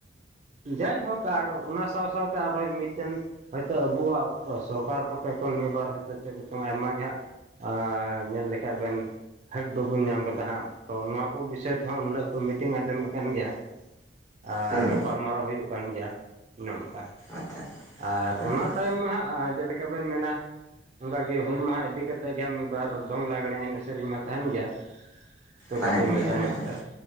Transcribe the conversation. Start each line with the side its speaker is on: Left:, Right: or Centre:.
Right: ᱡᱟᱭᱦᱳᱠ ᱟᱨ ᱚᱱᱟ ᱥᱟᱶ ᱥᱟᱶᱛᱮ ᱟᱨᱦᱚᱸ ᱢᱤᱫᱴᱮᱱ ᱦᱚᱭᱛᱳ ᱟᱵᱩᱣᱟᱜ ᱥᱚᱨᱠᱟᱨ ᱠᱚᱴᱷᱮᱡ ᱠᱷᱚᱱ ᱱᱤᱭᱟᱹᱵᱟᱨ ᱦᱚᱭᱛᱳ ᱪᱮᱫ ᱠᱚᱪᱚᱝ ᱟᱭᱢᱟ ᱜᱮ ᱦᱟᱸᱜ ᱟᱸᱻ ᱧᱮᱞ ᱞᱮᱠᱷᱟᱡ ᱵᱮᱱ <unintelligible> ᱵᱟᱵᱚᱱ ᱧᱟᱢ ᱠᱟᱫᱟ ᱦᱟᱸᱜ᱾ ᱛᱚ ᱱᱚᱣᱟ ᱠᱚ ᱵᱤᱥᱚᱭ ᱛᱮᱦᱚᱸ ᱩᱱᱦᱤᱞᱳᱜ ᱠᱚ ᱢᱤᱴᱤᱝ ᱟᱸᱡᱚᱢᱮᱫ ᱠᱟᱱ ᱜᱮᱭᱟ᱾ ᱟᱨ
Left: ᱦᱩᱸ
Right: ᱜᱟᱯᱟᱞᱢᱟᱨᱟᱣ ᱦᱩᱭᱩᱜ ᱠᱟᱱ ᱜᱮᱭᱟ ᱚᱱᱮ ᱚᱝᱠᱟ᱾
Left: ᱟᱪᱪᱷᱟ᱾
Right: ᱟᱨ
Left: ᱦᱩᱸ
Right: ᱚᱱᱟ ᱛᱟᱭᱚᱢ ᱢᱟ ᱦᱟᱸᱜ ᱡᱮᱞᱮᱠᱟ ᱵᱮᱱ ᱢᱮᱱᱟ ᱚᱝᱠᱟ ᱜᱮ ᱦᱩᱞ ᱢᱟᱦᱟ ᱤᱫᱤ ᱠᱟ ᱠᱟᱛᱮᱫ ᱜᱮ ᱦᱟᱸᱜ ᱢᱤᱫ ᱵᱟᱨ ᱫᱚᱝ ᱞᱟᱜᱽᱬᱮ ᱮᱱᱮᱡ ᱥᱮᱨᱮᱧ ᱢᱟ ᱛᱟᱸᱦᱮᱱ ᱜᱮᱭᱟ᱾ <unintelligible>
Left: ᱛᱟᱦᱮᱱ
Right: ᱠᱟᱹᱴᱤᱡ ᱢᱟᱪᱷᱟ
Left: ᱜᱮᱭᱟ
Right: ᱧᱚᱜ
Left: ᱦᱮᱸ
Right: ᱛᱮ᱾